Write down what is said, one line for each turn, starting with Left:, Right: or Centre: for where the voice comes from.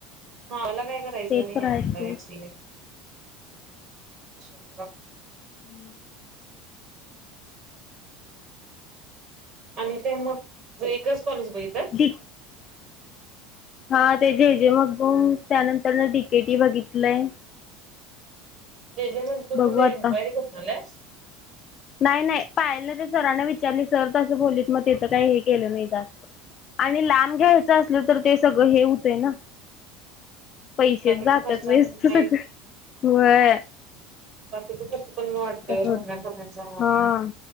Right: ह मला काय करायचं
Left: ते
Right: नाही
Left: तर
Right: आहे
Left: आहेच
Right: मला
Left: सोड
Right: एम सि ल विषय
Left: हम्म
Right: आणि त्या मग तुझ एकच कॉलेज बघितलं.
Left: जी. हा ते झेजे मग त त्यानंतर न टिकेटी बघितलंय.
Right: जे जे म तु
Left: बघू
Right: इनक्वायरी
Left: आता
Right: करतलास.
Left: नाही नाही पाहिलं ना ते सराने विचारली सर तसं बोललीत मग तिथं काही हे केलं नाही जास्त आणि लांब घ्यायचं असलं तर ते सगळं हे होतय ना. पैसेच
Right: बाकीचा
Left: जातात
Right: खर्च
Left: वेस्त
Right: आणि नाहीच
Left: सगळं वय.
Right: बाकीचा खर्च पण वाटतोय
Left: खर्च
Right: राहना कमाचा.
Left: हा